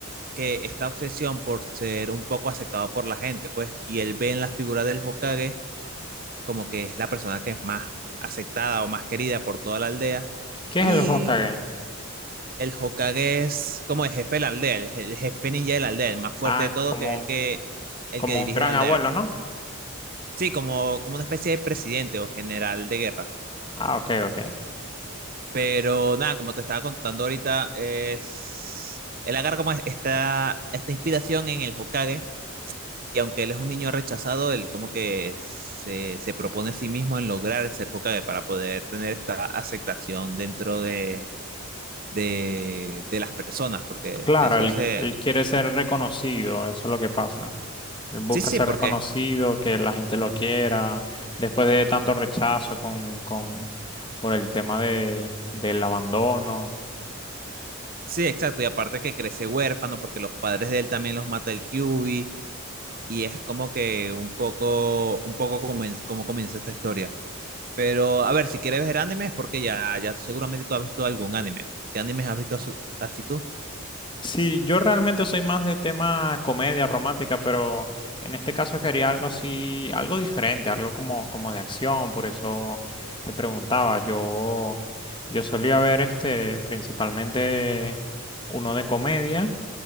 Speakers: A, on the right; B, on the left.
A: que esta obsesión por ser un poco aceptado por la gente, pues, y él ve en la figura del Hokage como que es la persona que es más aceptada o más querida por toda la aldea,
B: ¿Qué
A: y
B: es el Hokage?
A: el Hokage es como el jefe de la aldea, el, el jefe ninja de la aldea, el más fuerte
B: Ah,
A: de todo,
B: como,
A: que es el que, el
B: como
A: que dirige
B: un gran
A: la aldea.
B: abuelo, ¿no?
A: Sí, como, como una especie de presidente o general de guerra.
B: Ah, ok, ok.
A: Pero nada, como te estaba contando ahorita, es... él agarra como esta, esta inspiración en el Hokage y aunque él es un niño rechazado, él como que se, se propone a sí mismo en lograr ser Hokage para poder tener esta aceptación dentro de, de, de las personas, porque
B: Claro,
A: de eso
B: él,
A: se...
B: qui- él quiere ser reconocido, eso es lo que pasa. Él busca
A: Sí, sí,
B: ser
A: porque...
B: reconocido, que la gente lo quiera, después de tanto rechazo con, con, por el tema de, del abandono.
A: Sí, exacto, y aparte que crece huérfano porque los padres de él también los mata el Kyuubi y es como que un poco un poco como, en- como comienza esta historia. Pero a ver, si quieres ver animes es porque ya ya seguramente tú has visto algún anime. ¿Qué animes has visto so- así tú?
B: Sí, yo realmente soy más de tema comedia romántica, pero en este caso quería algo así, algo diferente, algo como, como de acción, por eso te preguntaba. Yo, yo solía ver este, principalmente uno de comedia.